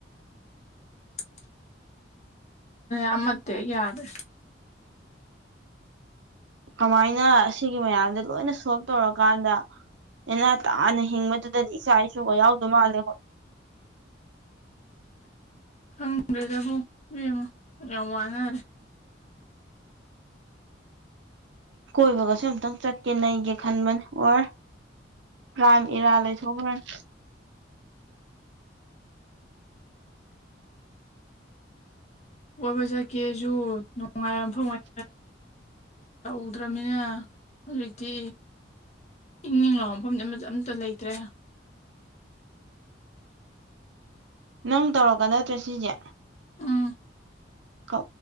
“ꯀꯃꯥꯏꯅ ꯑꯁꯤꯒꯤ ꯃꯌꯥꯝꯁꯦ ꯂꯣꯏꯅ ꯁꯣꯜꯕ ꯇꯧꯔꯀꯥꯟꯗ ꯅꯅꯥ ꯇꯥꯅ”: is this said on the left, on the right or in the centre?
Right